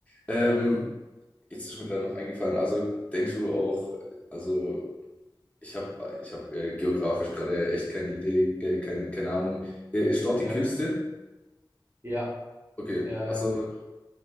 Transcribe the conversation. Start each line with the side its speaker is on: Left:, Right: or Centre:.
Left: Ähm,
Right: ja,
Left: jetzt ist mir gerade noch eingefallen. Also denkst du auch, also ich habe ich hab, äh, geografisch gerade echt keine Idee, äh, keine, keine Ahnung. Äh, ist dort
Right: ja,
Left: die Küste?
Right: ja,
Left: Okay,
Right: ja, ja.
Left: also